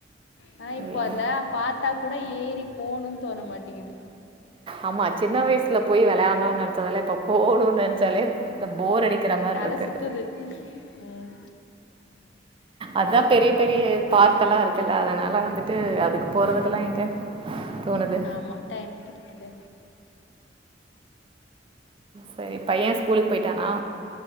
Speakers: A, on the left; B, on the right.
A: ஆனா இப்போ
B: ம்.
A: அதுல பாத்தா கூட ஏறி போணுன் தோன மாட்டிங்குது
B: ஆமா சின்ன வய்சுல போய் வெளயாணு நெனைச்சதால இப்ப போணுன் நெனைச்சாலே த போர் அடிக்கிற மார்ருக்கு
A: தலை சுற்றுது ம்
B: அதா பெரிய பெரிய பார்க் எல்லா இருக்குல்ல அதுனால வந்துட்டு அதுக்கு போறதுக்கெல்லா எங்க தோணுது
A: ஆமா டைம் கெடிக்குது
B: செரி பைய ஸ்கூலுக் பொய்ட்டானா